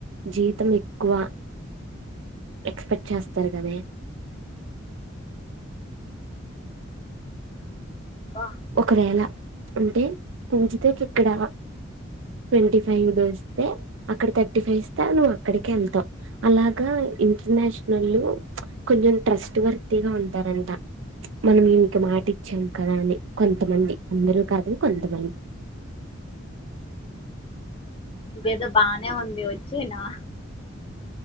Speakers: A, on the right; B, on the left.
A: జీతం ఎక్కువ ఎక్స్పెక్ట్ చేస్తారు కదే
B: బా
A: ఒకవేళ అంటే పుల్ డే పూజితాకి ఇక్కడా ట్వంటీ ఫైవ్ ద వస్తే అక్కడ థర్టీ ఫైవ్ ఇస్తే నువ్వు అక్కడికి వెళ్తావ్ అలాగ ఇంటర్నేషనల్ ప్చ్ కొంచెం ట్రస్ట్ వర్తీగా ఉంటారంట ప్చ్ మనం ఇక మాట ఇచ్చాం కదా అని కొంతమంది అందరూ కాదు కొంతమంది
B: ఇదేదో బానే ఉంది వచ్చే నా